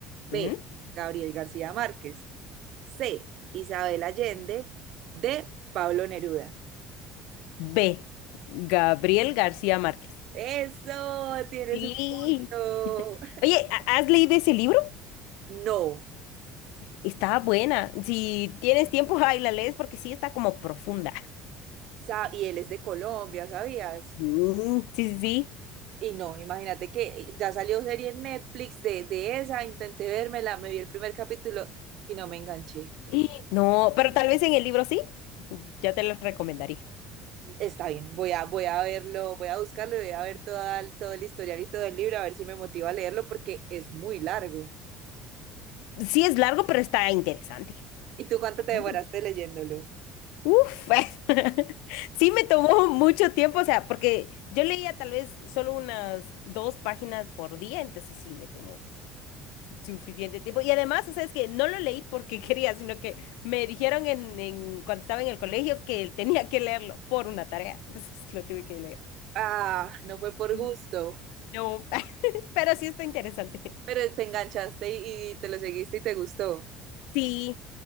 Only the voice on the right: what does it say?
B.
Gabriel García Márquez. C. Isabel Allende. D. Pablo Neruda.
Eso, tienes
un punto.
No.
Sa- y él es de Colombia, ¿sabías?
Y no, imagínate que ya salió serie en Netflix de, de esa, intenté vérmela, me vi el primer capítulo y no me enganché.
Está bien, voy a, voy a verlo, voy a buscarlo y voy a ver toda, el- todo el historial y todo el libro, a ver si me motiva a leerlo porque es muy largo.
¿Y tú cuánto te
demoraste leyéndolo?
Ah, no fue por
gusto,
pero te enganchaste y, y te lo seguiste y te gustó.